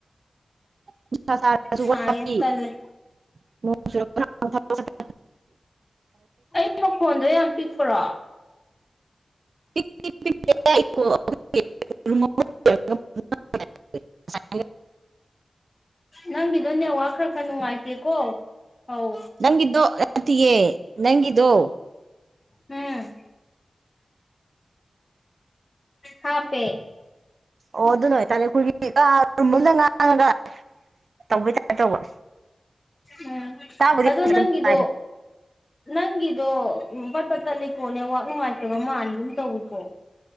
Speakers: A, on the right; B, on the left.
A: ꯅꫭꯡ
B: ꯁꯥꯏꯌꯦ ꯇꯜꯂꯦ ꯑꯩ ꯃꯈꯣꯟꯗꯣ ꯌꯥꯝ ꯄꯤꯛꯄꯔꯣ
A: ꯣ <inaudible> <inaudible>
B: ꯅꯪꯒꯤꯗꯣ ꯅꯦꯋꯥ ꯈꯔ ꯈꯔ ꯅꯨꯡꯉꯥꯏꯇꯦꯀꯣ ꯑꯧ
A: ꯅꯪꯗꯣ ꯔꯇꯌꯦꯦ ꯅꯪꯗꯣ <inaudible>
B: ꯎꯝ ꯍꯥ ꯄꯦ
A: ꯑꯣ ꯑꯗꯨ ꯅꯣꯏ ꯇꯥꯂꯦꯈꯨꯔꯤ ꯔꯝꯗ ꯉꯥꯡꯉꯒ ꯇꯧꯕꯩ ꯇꯥꯔꯦ ꯇꯧꯕ
B: ꯎꯝ
A: ꯇꯥꯕꯨꯗꯤ
B: ꯑꯗꯣ
A: ꯐꯖꯅ
B: ꯅꯪꯒꯤꯗꯣ
A: ꯇꯥꯏꯗ
B: ꯅꯪꯒꯤꯗꯣ ꯄꯠꯄ ꯇꯠꯂꯤꯀꯣ ꯅ‌ꯦꯠꯋꯥꯛ ꯅꯨꯡꯉꯥꯏꯇꯕ ꯃꯥꯟꯒꯨꯝ ꯇꯧꯏꯀꫭ